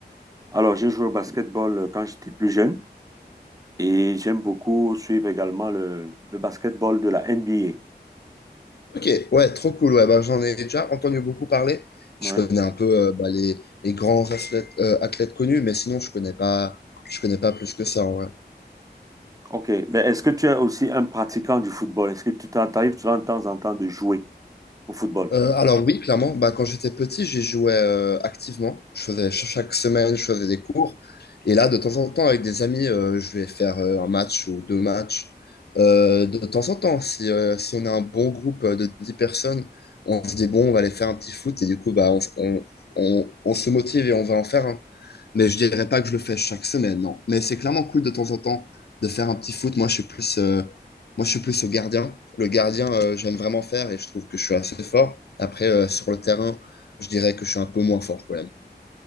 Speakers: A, on the right; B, on the left.
A: alors, j'ai joué au basketball euh, quand j'étais plus jeune et j'aime beaucoup suivre également le, le basketball de la NBA.
B: Ok, ouais, trop cool. Ouais, bah, j'en ai déjà entendu beaucoup parler. Je
A: Ouais.
B: connais un peu euh, bah, les, les grands athlètes, euh, athlètes connus, mais sinon, je connais pas, je connais pas plus que ça en vrai.
A: Ok, mais est-ce que tu es aussi un pratiquant du football? Est-ce que tu t'en- t'arrives souvent de temps en temps de jouer au football?
B: Euh, alors oui, clairement, bah, quand j'étais petit, j'y jouais euh, activement. Je faisais ch- chaque semaine, je faisais des cours. Et là, de temps en temps, avec des amis, euh, je vais faire euh, un match ou deux matchs. Euh, de temps en temps, si, euh, si on a un bon groupe euh, de 10 personnes, on se dit, bon, on va aller faire un petit foot. Et du coup, bah, on, on, on- on se motive et on va en faire un. Mais je dirais pas que je le fais chaque semaine, non. Mais c'est clairement cool de temps en temps de faire un petit foot. Moi, je suis plus, euh, moi, je suis plus au gardien. Le gardien, euh, j'aime vraiment faire et je trouve que je suis assez fort. Après, euh, sur le terrain, je dirais que je suis un peu moins fort quand même.